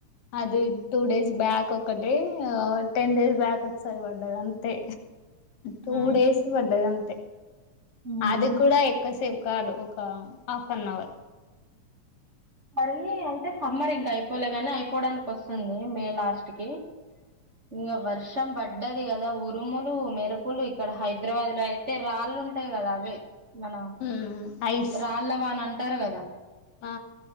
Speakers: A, on the left; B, on the right.
A: అది టూ డేస్ బ్యాక్ ఒకటి టెన్ డేస్ బ్యాక్ ఒకసారి పడ్డారు అంతే టూ
B: ఆ
A: డేస్ పడ్డది అంతే
B: అవును
A: అది కూడా ఎక్కువసేపు కాదు ఒక హాఫ్ అన్ అవర్
B: మరి అంటే సమ్మర్ ఇంకా అయిపోలే గాని అయిపోవడానికి వస్తుంది మే లాస్ట్ కి ఇంక వర్షం బట్ పడ్డది కదా ఉరుములు మెరుపులు ఇక్కడ హైదరాబాద్ లో అయితే రాళ్ళు ఉంటాయి కదా అవి మన
A: ఉమ్ ఐస్
B: రాళ్ళవాన అంటారు కదా
A: ఆ